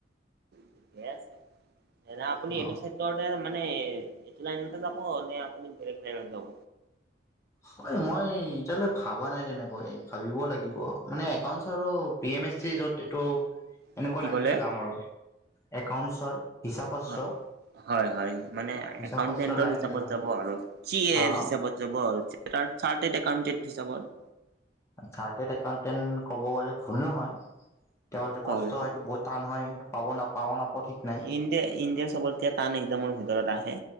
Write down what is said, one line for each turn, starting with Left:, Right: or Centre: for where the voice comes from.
Right: ঠিকেই আছে, এনে আপুনি
Left: অ
Right: এইটো চাইদ ভিতৰতে মানে এইটো লাইনতে যাব নে আপুনি বেলেগ লাইনত যাব।
Left: হয়, মই এতিয়ালৈ ভাবা নাই তেনেকৈ, ভাবিব লাগিব, মানে একাউন্টছ আৰু পি এম এছ চি য'ত এইটো
Right: <inaudible>
Left: এনেকুৱা লাইনতে
Right: ক'লে
Left: যাম আৰু, একাউন্টছৰ। হিচাপস্ত্ৰ
Right: হয়, হয় হয়, মানে
Left: হিচাপস্ত্ৰৰ
Right: একাউণ্টেণ্টৰ
Left: লাইনতে
Right: হিচাপত
Left: যাম
Right: যাব আৰু, চি
Left: হা
Right: এৰ হিচাপত যাব আৰু চাৰ্টেড একাউণ্টেণ্ট হিচাপত।
Left: চাৰ্টেড একাউণ্টেন্ট ক'ব গ'লে ভুল নহয়। তেওঁটো
Right: হয়
Left: কষ্ট
Right: হয়
Left: হয়তো বহুত টান হয়, পাব-নাপাও পাও নাপাও ঠিক নাই।
Right: ইণ্ডিয়া-ইণ্ডিয়াছ চবতকে টান একজামৰ ভিতৰত আহে।